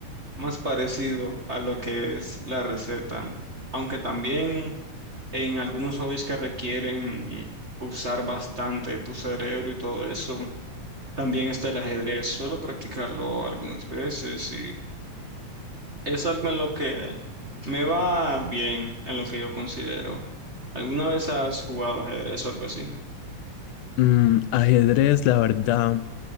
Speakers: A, on the right; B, on the left.
A: más parecido a lo que es la receta. Aunque también en algunos hobbies que requieren usar bastante tu cerebro y todo eso, también está el ajedrez. Suelo practicarlo algunas veces es algo en lo que me va bien, en lo que yo considero. ¿Alguna vez has jugado ajedrez o algo así?
B: Mm, ajedrez, la verdad,